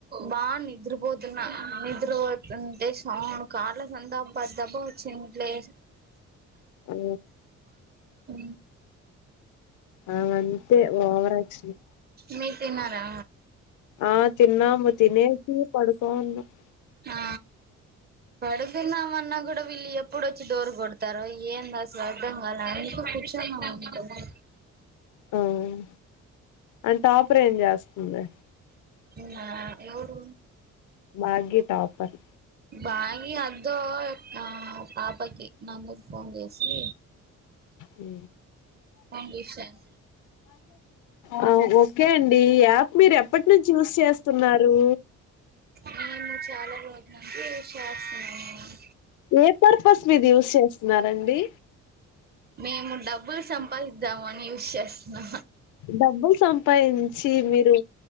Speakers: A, on the right (about 30°); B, on the left (about 80°).
A: బావుంది నిద్రపోతున్నా నిద్రపోతుంటే సాండ్ కాళ్ళ సంతబ్బా దబ్బా వచ్చిందిట్లే
B: ఆ
A: ఉ
B: ఆ అంతే ఓవరాక్షన్
A: మీరు తిన్నారా
B: ఆ తిన్నాము తినేసి పడుకోనీ ఉన్నాము
A: ఆ పడుతుందామన్నా కూడా వీళ్ళు ఎప్పుడొచ్చి డోర్ కొడతారో ఏంది అసల్ అర్థం కాలే అనుకు ష <unintelligible>
B: హ్మ్ అంట టాపర్ ఏం చేస్తుంది
A: ఉ ఆ ఎవరు
B: భాగీ టాపర్
A: భాగీ అద్దో ఆ పాపకి నందుకి ఫోన్ చేసి
B: ఉ
A: పౌండిషన్
B: ఆ ఓకే అండి ఈ యాప్ మీరు ఎప్పట్ నుంచి యూస్ చేస్తున్నారు
A: నేను చాలా రోజుల నుంచి యూస్ చేస్తున్నాను
B: ఏ పర్పస్ మీది యూస్ చేస్తున్నారండి
A: మేము డబ్బులు సంపాదిద్దాము అని యూస్ చేస్తున్నా
B: డబ్బు సంపాదించి మీరు